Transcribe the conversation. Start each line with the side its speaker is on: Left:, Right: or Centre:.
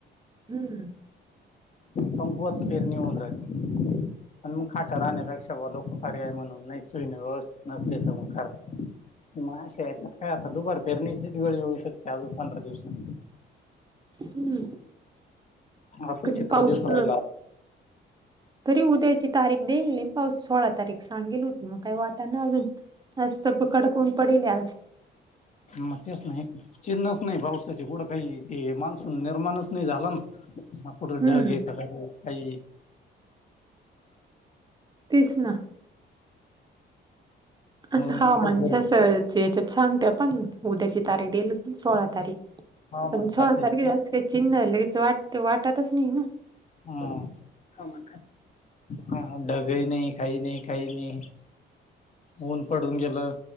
Right: हम्मम.
Left: कंपवत फेरणी होन जाते. पण मग खाटं राहण्यापेक्षा लोक पर्याय म्हणून नाही सुईने व्यवस्थित नसले तर मग खरते. मग अे याच्यात काय आता दुपार फेरणीचीच गळी होऊ शकते अजून पंधरा दिवसां
Right: हम्म.
Left: असं
Right: कण
Left: चित्र
Right: पाऊस
Left: दिसून राहिला
Right: तरी उद्याची तारीख देईल नाही पा सोळा तारीख सांगेल होती मग काही वाटा ना अजून आजत ब कडकन पडेल आज
Left: मग तेच नाही चिन्हच नाही पावसाचे गुडं काही ते मान्सून निर्माणच नाही झाला ना. ह. फट घे
Right: हम्म
Left: का खई.
Right: तेच ना असं हा
Left: मग
Right: मणज
Left: काय गरज
Right: अस याच्यात सांगते पण उद्याची तारीख देल हो सोळा तारीख
Left: हवामान
Right: पण सोळा
Left: खाते
Right: तारीखे जास्. चिन्ह लगेच वाटत वाटातच नाही ना.
Left: हा. हमा हा दघही नाही खाई नाही खाही नाही. ऊन पडून गेलं